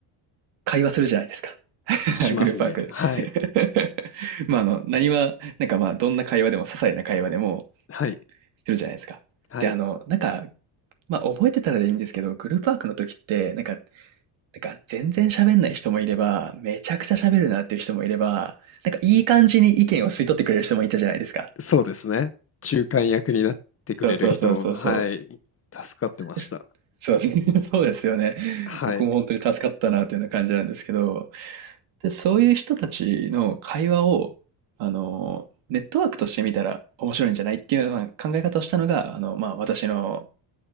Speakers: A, on the right; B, on the left.
A: 会話するじゃないですか。<laughs>
B: しますね。
A: グループワーク。
B: はい。
A: <laughs> まあ、あの、何は、なんかまあ、どんな会話でも、些細な会話でも、
B: はい。
A: するじゃないですか。
B: はい。
A: で、あの、なんか、まあ、覚えてたらでいいんですけど、グループワークの時って、なんか、てか全然喋んない人もいれば、めちゃくちゃ喋るなっていう人もいれば、なんかいい感じに意見を吸い取ってくれる人もいたじゃないですか。
B: そうですね。中間役になってくれる人。
A: そうそうそうそうそう。
B: はい。助かってました。
A: ですそう、<laughs> そうですよね。
B: はい。
A: 僕も本当に助かったなというような感じなんですけど、で、そういう人たちの会話を、あの、ネットワークとして見たら面白いんじゃないっていうような考え方をしたのが、あの、まあ、私の、